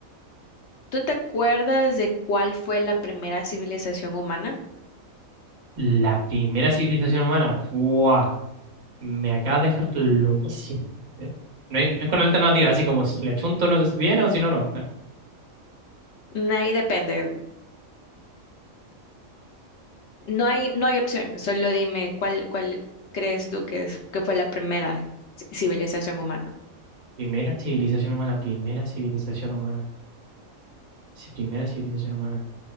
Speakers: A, on the left; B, on the right.
A: ¿tú te acuerdas de cuál fue la primera civilización humana?
B: la primera civilización humana. ¡Buah! Me acaba de dejar loquísimo. A ver. No, hay- no es con alternativa, así como si la chunto no es bien o si no, no. Ah,
A: Mm, Ahí depende. No hay, no hay opción. Solo dime cuál, cuál crees tú que es, que fue la primera ci- civilización humana.
B: Primera civilización humana, primera civilización humana. Sí, primera civilización humana.